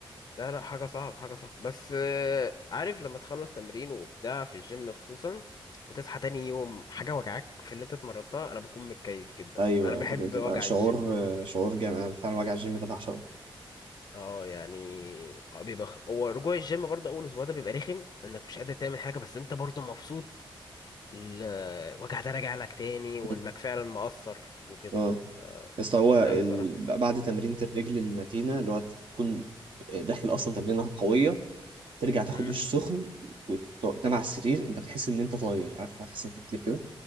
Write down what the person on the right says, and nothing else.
ايوه
بت- بتبقى
شعور
آه، شعور جامد انا فعلا وجع الجيم ده بعشقه
اه
آه.
يا اسطى هو ال...
بعد تمرينة الرجل المتينة اللي هو تكون داخل اصلا تمرينة قوية ترجع تاخد
دش سخن وتنام على السرير انت بتحس ان انت طاير عارف لما تحس انك بتطير كده